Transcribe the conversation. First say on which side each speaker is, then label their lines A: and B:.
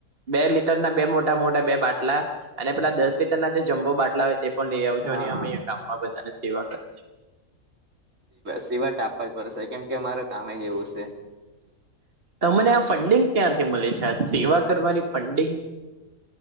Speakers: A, on the right; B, on the right.
A: બે લીટર ના બે મોટા મોટા બે બાટલા અને પેલા દસ લીટરના જે જમ્બો બાટલા હોય તે પણ લઈ આવજો
B: હા
A: અને અમે
B: હા
A: અયા ગામમાં બધાને સેવા કરીશું.
B: સિવા ટા આપવા જ પડશે કેમ કે અમારે કામે જ એવું છે.
A: તમને આ ફંડિંગ ક્યાંથી મળે છે આ સેવા કરવાની ફંડિંગ?